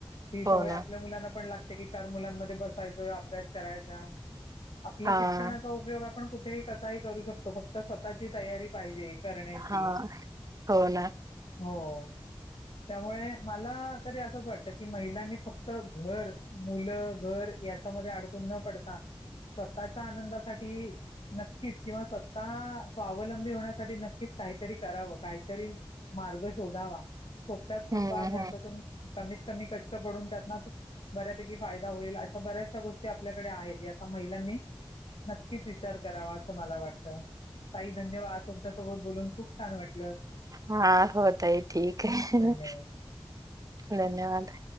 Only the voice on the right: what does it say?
हो ना.
हां,
हा हो ना
हं,
हं.
हा होता ह ठीक ह
धन्यवाद...